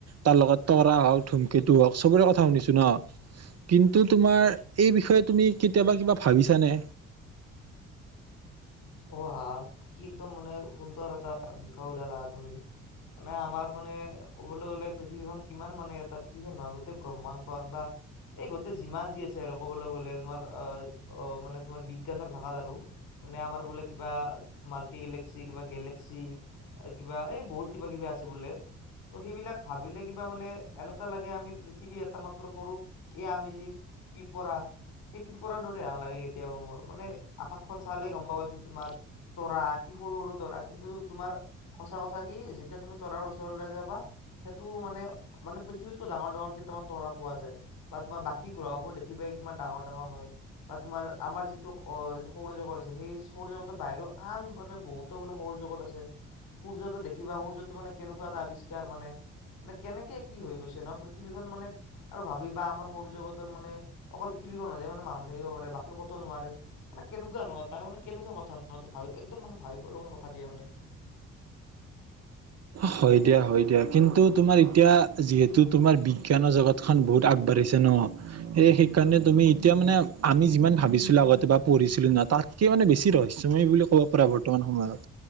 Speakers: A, on the right (about 40°); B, on the left (about 60°).
A: তাৰ লগত তৰা হওক ধুমকেতু হওক চবৰে কথা শুনিছো ন কিন্তু তোমাৰ এই বিষয়ে তুমি কেতিয়াবা কিবা ভাবিছানে
B: অ হা, কি একদম মানে সুন্দৰ এটা বিষয় ওলালা হা তুমি। মানে আমাৰ মানে ক'বলৈ গ'লে পৃথিৱীখন কিমান মানে এটা পৃথিৱীখন নহয় গোটেই ব্ৰহ্মাণ খন বা এই গোটেই যিমান যি আছে আৰু ক'বলৈ গ'লে তোমাৰ আহ অ মানে তোমাৰ বিজ্ঞানৰ ভাষাত আৰু। মানে আমাৰ বোলে কিবা মাল্টি গলেক্সি কিবা গেলেক্সি। এ কিবা এই বহুত কিবা-কিবি আছে বোলে। ত' সেইবিলাক ভাবিলে কিবা মানে এনেকুৱা লাগে আমি পৃথিৱী এটা মাত্ৰ সৰু এয়া আমি যি পিপৰা সেই পিপৰা দৰে হান লাগে কেতিয়াবা মোৰ মানে আকাশখন চালে গম পাবাচোন তোমাৰ তৰা কি সৰু-সৰু তৰা, কিন্তু তোমাৰ সঁচা কথা কি যেতিয়া তুমি তৰাৰ ওচৰলৈ যাবা সেইটোও মানে মানে পৃথিৱীতকৈ ডাঙৰ-ডাঙৰ কেইটামান তৰা পোৱা যায় বা তোমাৰ বাকী গ্ৰহবোৰ দেখিকে নে কিমান ডাঙৰ-ডাঙৰ হয় বা তোমাৰ আমাৰ যিটো অ সৌৰজগত আছে সেই সৰু জগতৰ বাহিৰ আন বোলে বহুতো বোলে সৌ জগত আছে। সূৰ্যটো দেখিবা সূৰ্যটো মানে কেনেকুৱা এটা আৱিষ্কাৰ মানে। মানে কেনেকে কি হৈ গৈছে নহ পৃথিৱীখন মানে আৰু ভাবি বাা আমাৰ সৌৰ জগতৰ মানে অকল মানোনুহ থাকিব পাৰে বাক কতো নোৱাৰে মানে কেনেকুৱা নোৱা তাক মানে। কেনেকুৱা কথা ন, ভাবিব একদম মানে ভাবিব লগা কথা দিয়া মানে।
A: হয় দিয়া, হয় দিয়া কিন্তু তুমাৰ এতিয়া যিহেতু তোমাৰ বিজ্ঞানৰ জগতখনন বহুত আগবাঢ়িছ ছে ন' সে সেইকাৰণে তুমি এতিয়া মানে আমি যিমান ভাবিছিলো আগতে বা পঢ়িছিলো ন' তাতকে মানে বেছি ৰহস্যময় বুলি ক'ব পাৰা বৰ্তমান সময়ত